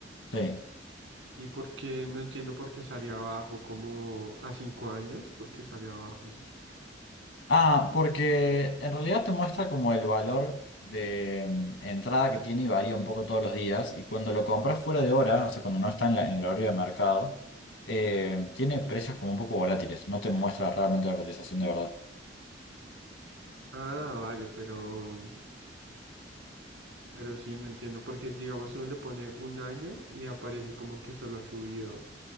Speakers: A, on the left; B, on the right.
A: Sí.
B: y porque no entiendo por qué salía abajo, como a cinco años, por qué salía abajo.
A: Ah, porque en realidad te muestra como el valor de mm, entrada que tiene y varía un poco todos los días. Y cuando lo compras fuera de hora, o sea, cuando no está en, la- en el horario de mercado, eh, tiene precios como un poco volátiles. No te muestra realmente la cotización de verdad.
B: Ah, vale, pero, pero sí, no entiendo, porque digamos si uno le pone un año y aparece como que solo ha subido